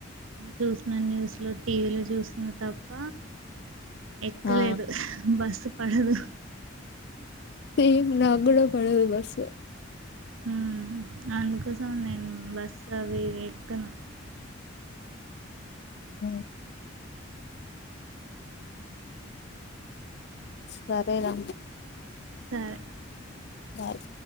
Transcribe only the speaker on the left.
ఆ
సేమ్ నా కూడా పడదు బస్
మ్ సరే రా
బాయ్